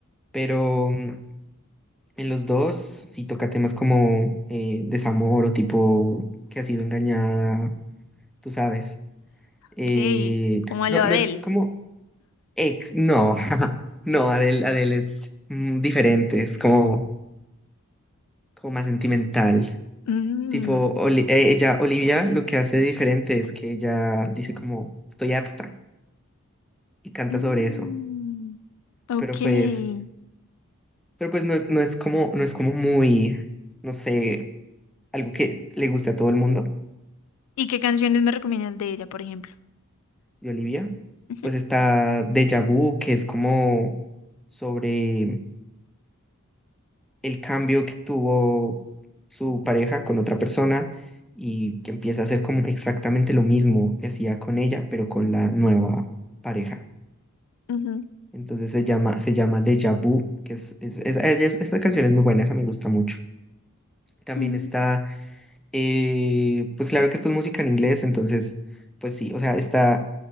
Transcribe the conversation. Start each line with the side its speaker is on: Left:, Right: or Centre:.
Centre: pero mm, en los dos sí toca temas como eh, desamor o tipo que ha sido engañada, tú sabes. Eh,
Left: Ok. Como
Centre: no,
Left: lo Adele.
Centre: no es como ex, no, <laughs> no, Adele, Adele es mm, diferente, es como, como más sentimental.
Left: Mm,
Centre: Tipo, Oli- eh, ella, Olivia, lo que hace diferente es que ella dice como, estoy harta y canta
Left: mm,
Centre: sobre eso.
Left: Ok.
Centre: Pero
Left: ¿Y
Centre: pues, pero pues no es, no es como, no es como muy, no sé, algo que le guste a todo el mundo
Left: qué canciones me recomiendas de ella, por ejemplo?
Centre: de Olivia.
Left: Ujú,
Centre: Pues está Deja Vu, que es como sobre el cambio que tuvo su pareja con otra persona y que empieza a hacer como exactamente lo mismo que hacía con ella, pero con la nueva pareja.
Left: ujú,
Centre: Entonces se llama, se llama Deja Vu, que es, es- es- ella es- esta canción es muy buena, esa me gusta mucho. También
Left: ujú.
Centre: está, eh, pues claro que esto es música en inglés, entonces, pues sí, o sea, está